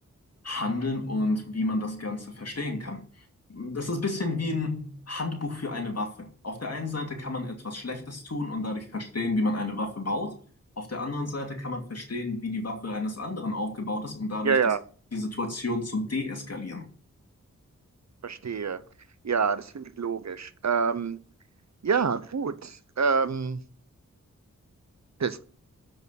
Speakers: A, on the left; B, on the right.
A: handeln und wie man das Ganze verstehen kann. Das ist ein bisschen wie ein Handbuch für eine Waffe. Auf der einen Seite kann man etwas Schlechtes tun und dadurch verstehen, wie man eine Waffe baut. Auf der anderen Seite kann man verstehen, wie die Waffe eines anderen aufgebaut ist und dadurch
B: ja, ja,
A: das, die Situation zu deeskalieren.
B: verstehe. Ja, das finde ich logisch. Ähm, ja, gut. Ähm, das,